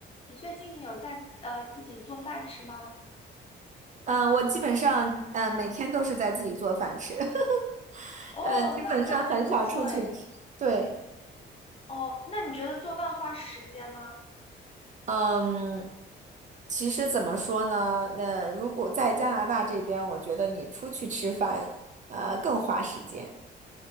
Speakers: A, on the left; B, on the right.
A: 你最近有在呃自己做饭吃吗？
B: 嗯，我基本上嗯每天都是在自己做饭吃，<laughs>
A: 哦，
B: 嗯，基本上很少出去吃对，
A: 那那很不错诶。哦，那你觉得做饭花时间吗？
B: 嗯，其实怎么说呢？那如果在加拿大这边，我觉得你出去吃饭，呃，更花时间。